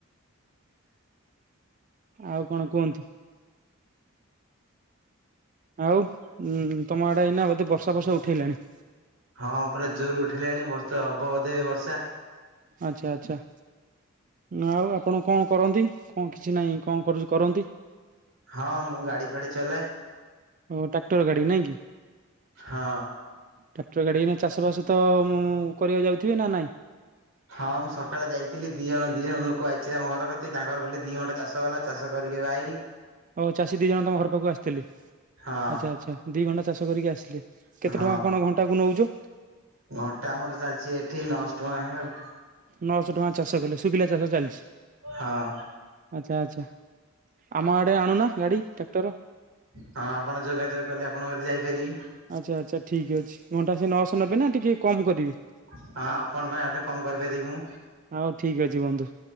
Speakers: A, on the right (about 40°); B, on the right (about 80°).
A: ଆଉ କଣ କୁହନ୍ତୁ? ଆଉଁ ତମ ଆଡେ ଏଇନା ବୋଧେ ବର୍ଷା ଫର୍ଷା ଉଠେଇଲାଣି?
B: ହଁ ପୁରା ଜୋର ଉଠେଇଲାଣି ବସ୍ତେ ହବ ବୋଧେ ବର୍ଷା।
A: ଆଛା ଆଚ୍ଛା। ଆଉ ଆପଣ କଣ କରନ୍ତି କଣ କିଛି ନାହିଁ କଣ କରୁ କରନ୍ତି?
B: ହଁ ମୁଁ ଗାଡି ଫାଡି ଚଲାଏ।
A: ଓ ଟ୍ରାକ୍ଟର ଗାଡି ନାଇଁ କି?
B: ହଁ।
A: ଟ୍ରାକ୍ଟର ଗାଡ଼ି ଏଇନା ଚାଷବାସ ତ ମୁଁ କରିବାକୁ ଯାଉଥିବେ ନା ନାହିଁ।
B: ହଁ ମୁଁ ସକାଳେ ଯାଇଥିଲି ଦି ଜଣ ଦି ଜଣ ଲୋକ ଆଇଥିଲେ ମୋ ଘର କତିକି ତାଙ୍କ ଘର ଗଲେ ଦି ଘଣ୍ଟା ଚାଷ ହେଲା। ଚାଷ କରିକି ଏବେ ଆଇଲି।
A: ଓ ଚାଷୀ ଦିଇ ଜଣ ତମ ଘର ପାଖକୁ ଆସିଥିଲେ
B: ହଁ
A: ଆଚ୍ଛା ଆଚ୍ଛା ଦି ଘଣ୍ଟା ଚାଷ କରିକି ଆସିଲେ। କେତେ
B: ହଁ
A: ଟଙ୍କା କଣ ଘଣ୍ଟା କୁ ନଉଚ?
B: ଘଣ୍ଟା ଆମର ଚାଲିଛି ଏଠି ନଅଶ ଟଙ୍କା ନେଖେ ଆଉ।
A: ନଅଶହ ଟଙ୍କା ଚାଷ କଲେ ଶୁଖିଲା ଚାଷ ଚାଲିଛି।
B: ହଁ
A: ଆଚ୍ଛା ଆଛା ଆମ ଆଡେ ଆଣୁନା ଗାଡି ଟ୍ରାକ୍ଟର?
B: ହଁ ଆପଣ ଯୋଗାଯୋଗ କଲେ ଆପଣଙ୍କ କତିକି ଯାଇପାରିବି।
A: ଆଚ୍ଛା ଆଚ୍ଛା ଠିକ୍ ଅଛି ଘଣ୍ଟା ସେ ନଅଶହ ନେବେ ନା ଟିକିେ କମ୍ କରିବେ?
B: ହଁ ଆପଣ ପାଇଁ ଆଉ ଟିକେ କମ କରିପାରିବି ମୁ।
A: ଆଉ ଠିକ ଅଛି ବନ୍ଧୁ